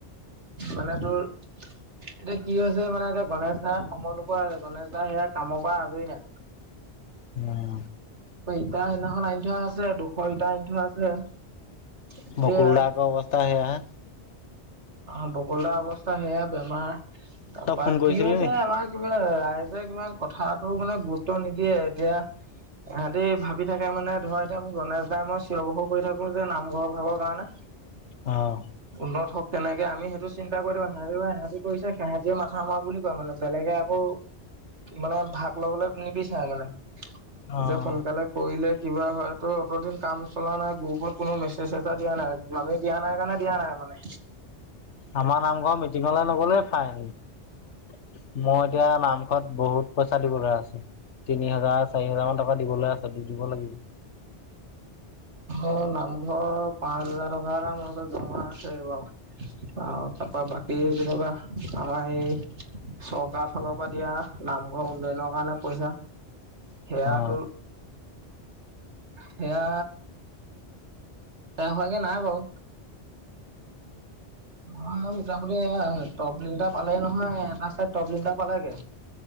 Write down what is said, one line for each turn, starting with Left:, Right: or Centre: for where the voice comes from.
Right: মানে তোৰ <unintelligible> কি হৈছে মানে এতিয়া গণেশদাই সময় নোপোৱা হৈছে। গণেশদাই সেয়া কামৰ পৰা আজৰি নাই।
Left: উম।
Right: ইটা সেইদিনাখন আনি থোৱা আছে। দুশ ইটা আনি থোৱা আছে। এতিয়া
Left: মুকুলদা আক' অৱস্থা সেয়াহে।
Right: অ বকুলদা অৱস্থা সেয়া বেমাৰ। তাৰপা
Left: তই ফোন কৰিছিলি
Right: কি হৈছে
Left: নি?
Right: আমাৰ বোলে ৰাইজে কিমান কথাটো মানে গুৰুত্ব নিদিয়ে। এতিয়া সিহঁতি ভাবি থাকে মানে ধৰ এতিয়া মোৰ গণেশ দাই মই অৱসৰ কৰি থাকো যে নামঘৰ ভাগৰ কাৰণে,
Left: অ',
Right: উন্নত হ তেনেকে আমি সেইটো চিন্তা কৰি দিওঁ <unintelligible> কৰিছে সেহেতি মাথা মাৰক বুলি কয় মানে। বেলেগে আকৌ মানে ভাগ ল'বলে নিবিচাৰে মানে। নিজৰ
Left: অ'।
Right: সন্তানে কৰিলে কিবা হয় ত অতদিন কাম চলা নাই, গ্ৰুপত কোনো মেছেজ এটা দিয়া নাই। আমি দিয়া নাই কাৰণে দিয়া নাই। মানে।
Left: আমাৰ নামঘৰ মিটিঙলে নগলেই ফাইন। মই এতিয়া নামঘৰত বহুত পইচা দিব লগা হৈছে। তিনি হাজাৰ চাৰি হাজাৰ মান টকা দিবলৈ আছে দিব লাগিব।
Right: অ নামঘৰ পাঁচ হাজাৰ টকাৰ ম- জমা আছে বাৰু আৰু তাপা বাকী যেনিবা আমাৰ এই চৰকাৰৰ ফালৰ পৰা দিয়া নামঘৰ উন্নয়নৰ কাৰণে দিয়া পইচা সেয়াটো
Left: অ
Right: সেয়া এয়া হোৱাগে নাই বাৰু। আমাৰ কা- যামগে এয়া টপ লিনটা পালে নহয় এটা চাইত টপ লিনটা পালেগে।